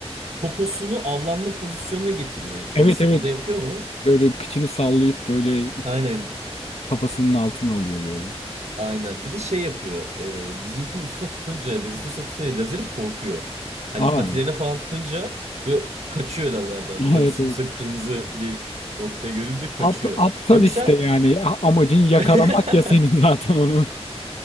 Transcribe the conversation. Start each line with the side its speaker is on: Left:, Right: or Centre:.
Right: poposunu avlanma pozisyonuna getiriyor. O,
Left: Evet evet.
Right: o da yapıyor mu?
Left: Böyle kıçını sallayıp böyle
Right: Aynen.
Left: Kafasının altına oluyor böyle.
Right: Aynen. Bir de şey yapıyor. E, bizimkinin üstüne tutunca, bizim üstüne tutunca lazeri korkuyor. Hani
Left: Aa,
Right: patilerine falan tutunca böyle kaçıyor lazerden.
Left: <laughs>
Right: Patisinin
Left: evet evet.
Right: üstüne kırmızı bir nokta görünce kaçıyor.
Left: Ap- aptal
Right: Ya mesela
Left: işte yani A- amacın yakalamak
Right: <laughs>
Left: ya senin <laughs> zaten onu.